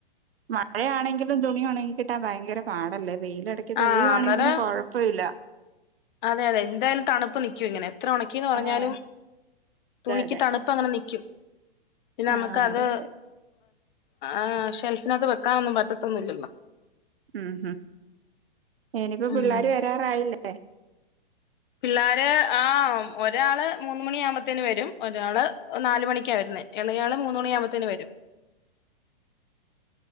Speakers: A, on the right (about 75°); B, on the left (about 55°).
A: മഴയാണെങ്കിലും. തുണി ഒണങ്ങി ക്കിട്ടാന് ഭയങ്കര പാടല്ലേ? വെയിലെടക്ക്
B: ആ
A: തെളിയുവാണെ
B: അന്നേരം
A: പിന്നെ കൊഴപ്പല്ല.
B: അതെ അതെ എന്തായാലും തണുപ്പ് നിക്കും ഇങ്ങനെ എത്ര ഉണക്കി ന്ന് പറഞ്ഞാലും
A: ആഹ് അതെ
B: തുണിക്ക്
A: അതെ
B: തണുപ്പ് അങ്ങനെ നിക്കും. പിന്നെ നമക്ക്
A: ആഹ്
B: അത്.
A: അതെ അതെ
B: ആഹ് ഷെൽഫിനകത്ത് വെക്കാനൊന്നും പറ്റത്തൊന്നുംല്ലല്ലോ.
A: ഉം ഇനിപ്പോ
B: ഉം
A: പിള്ളേര് വരാറായില്ലേ? <unintelligible>
B: പിള്ളേര് ആഹ് ഒരാള് മൂന്ന് മണിയാവു മ്പോത്തേന് വരും ഒരാള് നാല് മണിക്കാ വരുന്നേ ഇളയാള് മൂന്ന് മണിയാവുമ്പോത്തേന് വരും.